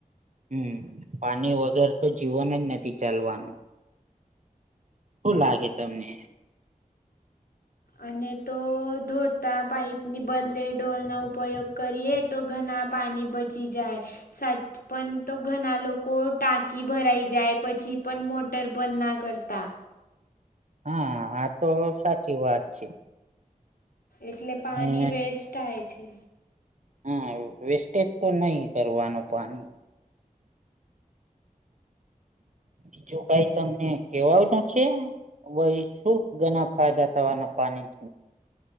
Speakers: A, on the right; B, on the left.
A: હમ પાણી વગર તો જીવન જ નથી ચાલવાનું. શું લાગે તમને?
B: અને તો ધોતા પાઈપની બદલે ઢોલ ના ઉપયોગ કરીએ. તો ઘના પાણી બચી જાય. સાચ પણ તો ઘણા લોકો ટાંકી ભરાઈ જાય પછી પણ મો ટર બંધ ના કરતા.
A: હા આ તો સાચી વાત છે.
B: એટલે પાણી
A: અને
B: વેસ્ટ થાય છે.
A: હા વેસ્ટેજ તો નહી કરવાનું પાણી બીજું કઈ તમને કેવાનું છે ભાઈ શું ઘણા ફાયદા થવાના પાણી